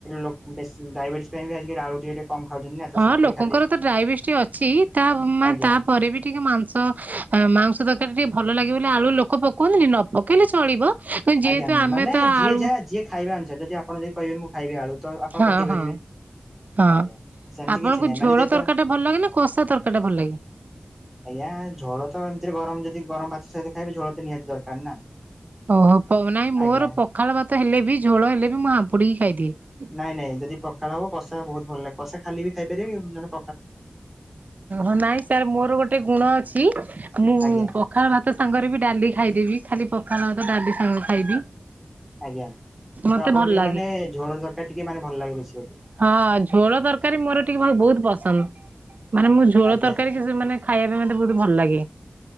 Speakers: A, in the centre; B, on the right (about 60°).
A: ଲୋକ୍ ବେଶ୍ ଡାଇବେଟିସ୍ ପାଇଁ ଆଳୁ ଟିକେ ଟିକେ କମ ଖାଉଛନ୍ତି ନା ତ
B: ହଁ
A: ସେଥିପାଇଁ
B: ଲୋକଙ୍କର
A: ଖାଲି
B: ତ ଡାଇବେଟିସ୍ ଅଛି ତା ମାନ
A: ଆଜ୍ଞା।
B: ତାପରେ ବି ଟିକେ ମାଂସ। ମାଂସ ତରକାରି ଟା ଟିକେ ଭଲ ଲାଗିବ ବୋଲି ଆଳୁ ଲୋକ ପକନ୍ତିନି ନ ପକେଇଲେ ଚଳିବ। <unintelligible>
A: ଆଜ୍ଞା
B: ଯେହେତୁ ଆମେ
A: ମାନେ
B: ତ
A: ଯିଏ
B: ଆଳୁ।
A: ଯାହା ଯିଏ ଖାଇବା ଅନୁସାରେ ଯଦି ଆପଣ ଯଦି କହିବେ ମୁଁ ଖାଇବି ଆଳୁ ତ ଆପଣ
B: ହଁ
A: ପକେଇ ପାରିବେ।
B: ହଁ ହଁ
A: ଆଜ୍ଞା ସେମିତି
B: ଆପଣଙ୍କୁ
A: କିଛି ନାହିଁ
B: ଝୋଳ
A: ମାନେ ଯେତେ
B: ତରକାରୀ ଟା ଭଲ ଲାଗେ ନା କଷା ତରକାରୀ ଟା ଭଲ ଲାଗେ?
A: ଆଜ୍ଞା ଝୋଳ ତ ଏମିତିରେ ଗରମ ଯଦି ଗରମଭାତ ସହିତ ଖାଇବି ଝୋଳ ତ ନିହାତି ଦରକାର ନା।
B: ଓହୋ ନାଇଁ ମୋର
A: ଆଜ୍ଞା
B: ପଖାଳ ଭାତ ହେଲେ ବି ଝୋଳ ହେଲେ ବି ମୁଁ ହାମ୍ପୁଡିକି ଖାଇଦିଏ।
A: ନାଇଁ ନାଇଁ ଯଦି ପଖାଳ ହବ କଷା ବହୁତ ଭଲ ଲାଗେ କଷା ଖାଲି ବି ଖାଇପାରିବେ କିନ୍ତୁ <unintelligible>
B: ଓ ନାଇଁ ସାର ମୋର ଗୋଟେ ଗୁଣ ଅଛି ମୁଁ
A: ଆଜ୍ଞା
B: ପ ପଖାଳ ଭାତ ସାଙ୍ଗରେ ବି ଡାଲି ଖାଇଦେବି ଖାଲି ପଖାଳ ଭାତ ଡାଲି ସାଗ ଖାଇବି।
A: ଆଜ୍ଞା
B: ମତେ
A: ତ ଆପଣଙ୍କୁ
B: ଭଲ
A: ଟିକେ
B: ଲାଗେ
A: ମାନେ ଝୋଳ ତରକାରୀ ଟିକେ ମାନେ ଭଲ ଲାଗେ ବେଶୀ ବୋଧେ।
B: ହଁ ଝୋଳ ତରକାରୀ ମୋର ଟିକେ ବହୁତ ପସନ୍ଦ ମାନେ ମୁଁ ଝୋଳ
A: ଆଜ୍ଞା
B: ତରକାରୀ
A: ଆଜ୍ଞା
B: କି ମାନେ ଖାଇବା ପାଇଁ ମତେ ବହୁତ ଭଲ ଲାଗେ।